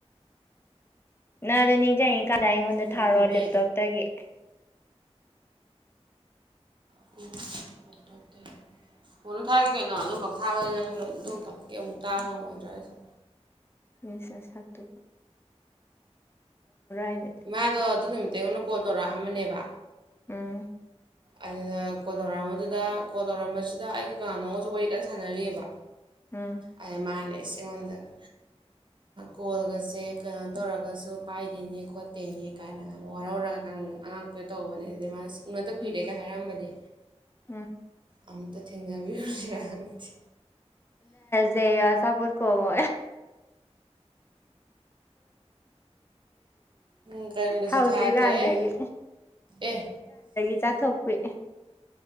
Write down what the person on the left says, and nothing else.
ꯅꯪ ꯑꯗꯨꯣ ꯅꯤꯡꯁꯤꯡꯉꯤ ꯀꯥꯟꯗꯥꯏ ꯑꯩꯉꯣꯟꯗ
ꯊꯥꯔꯣꯑꯣ ꯂꯦꯞꯇꯣꯞꯇꯒꯤ
ꯃꯤꯁꯦ ꯁꯔꯇ ꯑꯩꯗꯤ
ꯎꯝ
ꯎꯝ
ꯎꯝ
ꯎꯝ
ꯖꯦ ꯑ ꯆꯥ ꯀꯧꯕ
ꯍꯧꯗ꯭ꯔꯤꯀꯥꯟꯗꯒꯤ
ꯆꯥꯊꯣꯛꯄꯤꯑꯦ